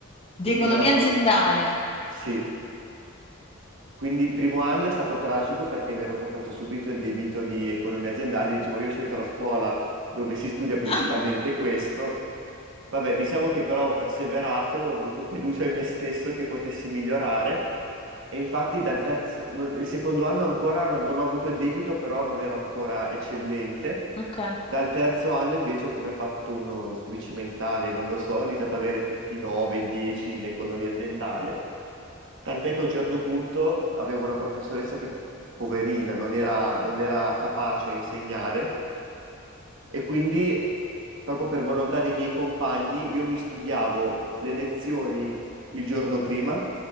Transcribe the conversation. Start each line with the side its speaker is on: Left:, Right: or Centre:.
Right: Quindi
Left: Di economia
Right: la, ave-
Left: aziendale.
Right: sì, quindi il primo anno è stato tragico perché mi ero portato subito il debito di economia aziendale, dicevo io ho scelto la scuola dove si studia principalmente
Left: Ah.
Right: questo. Vabbè, diciamo che però ho perseverato, ho avuto fiducia in me stesso che potessi migliorare e infatti dal terzo, non- il secondo anno ancora non, non ho avuto il debito, però non ero ancora eccellente.
Left: Ok.
Right: Dal terzo anno invece ho come fatto uno switch mentale, non lo so, ho iniziato ad avere tutti 9, 10 in economia aziendale, tant'è che a un certo punto avevo una professoressa che, poverina, non era, non era capace a insegnare e quindi proprio per volontà dei miei compagni io mi studiavo le lezioni il giorno prima